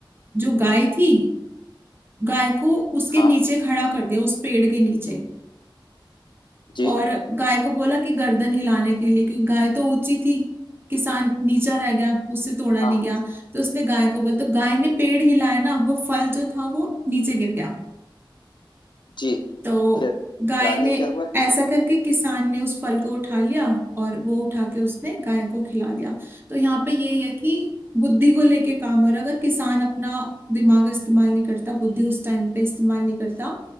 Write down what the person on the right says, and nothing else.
जो गाय थी गाय को उसके
नीचे खड़ा कर दिया उस पेड़ के नीचे
और गाय को बोला कि गर्दन हिलाने के लिए क्योंकि गाय तो ऊंची थी किसान नीचा रह गया उससे तोड़ा
नहीं
गया तो उसने गाय को बोला तो गाय ने पेड़ हिलाया ना वो फल जो था वो नीचे गिर गया
तो
गाय
ने
ऐसा करके किसान ने उस फल को उठा लिया और वो उठा के उसने गाय को खिला दिया तो यहाँ पे ये है कि बुद्धि को लेके काम हो रहा है। अगर किसान अपना दिमाग इस्तेमाल नहीं करता बुद्धि उस टाइम पे इस्तेमाल नहीं करता